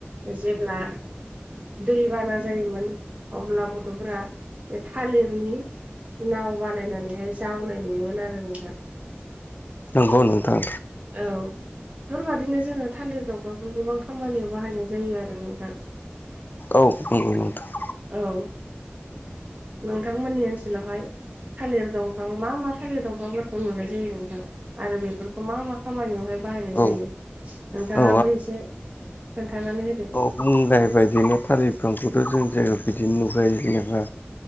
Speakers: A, on the right; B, on the left.
A: जेब्ला दै बाना जायोमोन अब्ला गथ'फोरा बे थालिरनि नाव बानायनानैहाय जावनाय नुयोमोन आरो नोंथां
B: नंगौ नोंथां
A: औ बेफोरबादिनो जोङो थालिर दंफांखौ गोबां खामानियाव बाहायनाय जायो आरो नोंथां
B: औ ओं नोंथां
A: औ नोंथांमोननि ओनसोलावहाय थालिर दंफां मा मा थालिर दंफांफोरखौ नुनाय जायो नोंथां आरो बेफोरखौ मा मा खामानियावहाय बाहायनाय
B: औ
A: जायो नोंथाङाबो
B: औ
A: एसे खोन्थानानै होदो
B: बुंनायाय बायदिनो थालिर बिफांखौथ' जों जायगायाव बिदिनो नुुबयो जेनेबा